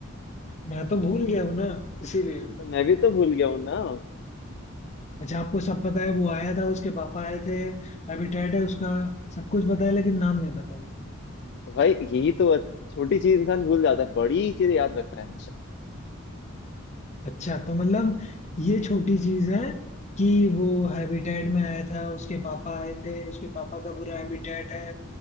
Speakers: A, on the left; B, on the left.
A: मैं तो भूल गया हूँ ना इसीलिए
B: तो मैं भी तो भूल गया हूँ ना
A: अच्छा आपको सब पता है वो आया था उसके पापा आए थे हैबिटेट है उसका सब कुछ पता है लेकिन नाम नहीं पता
B: तो भाई यही तो अच्छ- छोटी चीज इंसान भूल जाता है बड़ी चीज याद रखता है हमेशा
A: अच्छा तो मतलब ये छोटी चीज है कि वो हैबिटेट में आया था उसके पापा आए थे उसके पापा का पूरा हैबिटेट है